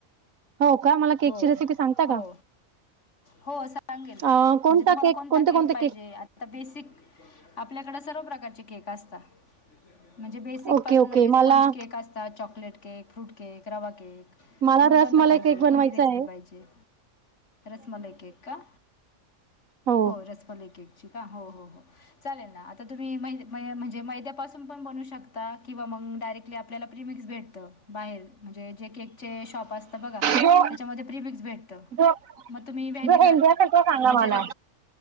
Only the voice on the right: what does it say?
हो का मला केकची
रेसिपी सांगता
का?
अ,
कोणता
केक
कोणते
कोणते
ओके
ओके
मला
मला
रसमलाई
केक
बनवायचा
आहे
हो
जो
जो
जो हेल्दी असेल तो सांगा
मला